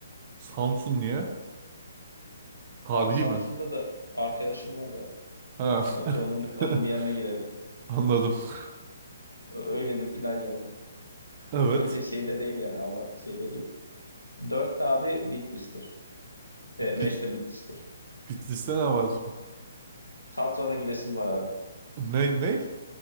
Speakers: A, on the right; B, on the left.
A: Samsun niye? Tarihi
B: Abi Samsun'da
A: mi?
B: da arkadaşım var da.
A: Ha.
B: Belki onun onun
A: <laughs>
B: bir yanına girerim.
A: Anladım. <laughs>
B: Ö- Öyle bir plan yani. <laughs>
A: Evet.
B: Öyle şey de değil yani abartı şey de değil. Dört de abi Bitlis'tir. Ve
A: Bit
B: beş de Bitlis'tir.
A: Bitlis'te ne var?
B: Tatvan'a gidesim var abi.
A: Ne? Ne?